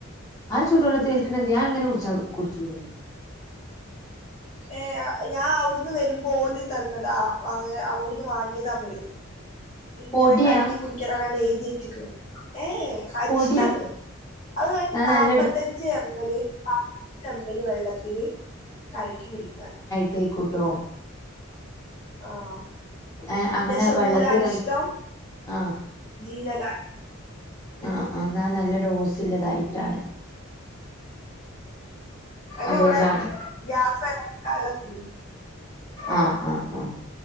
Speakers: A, on the left (about 15°); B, on the left (about 35°).
A: അത് ചുടെള്ളത്തി കൽക്കണെന്തെ അയങ്ങനെ കുടി കുടിച്ചുടെ
B: ഏന് ഞാൻ അവിടുന്ന് വരുമ്പോ ഓല് തന്നതാ അങ്ങനെ അവിടുന്ന് വാങ്ങിയതാമ്മള് ഇങ്ങനെ
A: പൊടിയാ
B: കലക്കി കുടിക്കണന്നാണ്ട് എയ്തിവെച്ചക്ക്ണ് ഏഹ് അരിഷ്ടവില്ലെ
A: പൊടിയാ
B: അത്
A: ഇന്നാ
B: നാപ്പത്തഞ്ച്
A: നല്ല ഡോ
B: എം മ്മല് നൽപ്പത്തഞ്ച് എം മ്മല് വെള്ളത്തിന് കലക്കി കുടിക്കാ
A: ലേക്കുട്ടോ
B: ആഹ്
A: ഏഹ് അങ്ങനെ
B: ദശമൂലാരിഷ്ടം
A: വെള്ളത്തി കൽ ആഹ്
B: ജീരകാ
A: ആഹ് എന്നാ നല്ല ഡോസ് ഇള്ളതായിട്ടാണ്
B: അതിന്റെ
A: അതുകൊണ്ടാണ്
B: കൂടെ ഗ്യാസ് വരാതിക്കാനുള്ള ഗുളികെം
A: ആഹ് ആഹ് ആഹ്